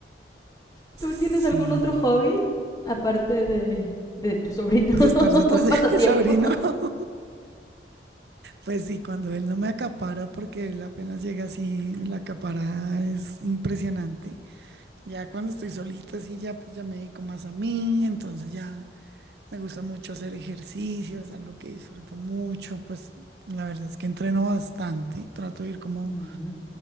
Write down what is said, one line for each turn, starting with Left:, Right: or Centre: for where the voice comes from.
Right: Sí.
Left: ¿Tú tienes algún otro hobby aparte de, de tu sobrino? <laughs>
Right: De estar detrás
Left: Un
Right: de
Left: pasatiempo.
Right: <laughs> mi sobrino. <laughs> Pues sí, cuando él no me acapara, porque él apenas llega así, la acapara es impresionante. Ya cuando estoy solita, así ya, pues ya me dedico más a mí, entonces ya me gusta mucho hacer ejercicio, es algo que disfruto mucho, pues la verdad es que entreno bastante, trato de ir como
Left: Mm.